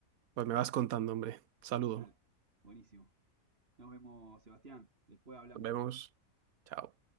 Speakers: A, on the right (about 75°); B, on the right (about 45°).
A: Pues me vas contando, hombre. Saludo.
B: Dale, buenísimo. Nos vemos, Sebastián. Después hablamos.
A: Nos vemos. Chao.